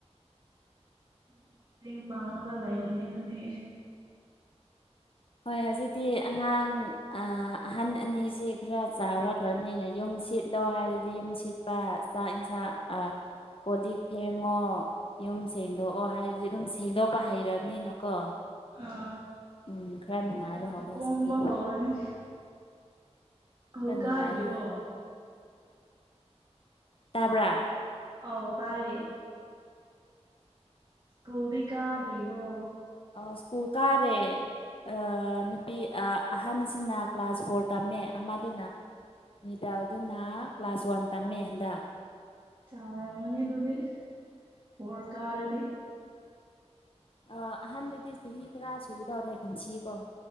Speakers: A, on the right; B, on the left.
A: <unintelligible> ꯌꯨꯨꯝ ꯄꯥꯡꯅꯕ ꯂꯥꯩꯔꯦꯅꯦ ꯑꯗꯨꯗꯤ
B: ꯍꯣꯏ ꯍꯧꯖꯤꯛꯇꯤ ꯑꯉꯥꯡ ꯑ ꯑꯍꯟ ꯑꯅꯤꯖꯤ ꯈꯔ ꯆꯥꯎꯔꯈ꯭ꯔꯅꯤꯅ ꯌꯨꯝ ꯌꯨꯝ ꯁꯤꯠꯂꯣ ꯍꯥꯏꯔꯗꯤ ꯌꯨꯝ ꯁꯤꯠꯄ ꯆꯥꯛ ꯏꯟꯁꯥꯡ ꯑ ꯀꯣꯜ ꯂꯤꯛ ꯐꯦꯡꯉꯣ ꯌꯨꯝ ꯁꯦꯡꯗꯣꯛꯑꯣ ꯍꯥꯏꯔꯗꯤ ꯑꯗꯨꯝ ꯁꯦꯡꯗꯣꯛꯄ ꯍꯩꯔꯕꯅꯤꯅꯀꯣ
A: ꯑ
B: ꯎꯝ ꯈꯔ ꯅꯨꯡꯉꯥꯏꯕ
A: ꯌꯥꯝ
B: ꯍꯧꯔꯦ
A: ꯀꯣꯝꯕ
B: ꯍꯧꯖꯤꯛꯇꯤ
A: ꯍꯧꯔꯅꯤ ꯁ꯭ꯀꯨꯜ
B: ꯈꯔ
A: ꯀꯥꯗ꯭ꯔꯤꯕꯣ
B: ꯅꯨꯡꯉꯥꯏꯕ ꯍꯧꯔꯦ ꯇꯥꯕ꯭ꯔ
A: ꯑꯥꯎ ꯇꯥꯏꯌꯦ ꯁ꯭ꯀꯨꯜꯗꯤ ꯀꯥꯗ꯭ꯔꯤꯕꯣ
B: ꯑ ꯁ꯭ꯀꯨꯜ ꯀꯥꯔꯦ ꯑ ꯅꯨꯄꯤ ꯑ ꯑꯍꯟꯁꯤꯅ ꯀ꯭ꯂꯥꯁ ꯐꯣꯔ ꯇꯝꯃꯦ ꯑꯃ ꯑꯗꯨꯅ ꯃꯤꯗꯜꯗꯨꯅ ꯀ꯭ꯂꯥꯁ ꯋꯥꯟ ꯇꯝꯃꯦ ꯍꯟꯗꯛ
A: ꯆꯥꯎꯔꯝꯃꯅꯤ ꯑꯗꯨꯗꯤ ꯐꯣꯔ ꯀꯥꯔꯗꯤ
B: ꯑ ꯑꯍꯥꯟꯗꯨꯗꯤ ꯆꯍꯤ ꯇꯔꯥ ꯁꯨꯒꯗꯧꯔꯦ ꯀꯨꯝꯁꯤꯀꯣ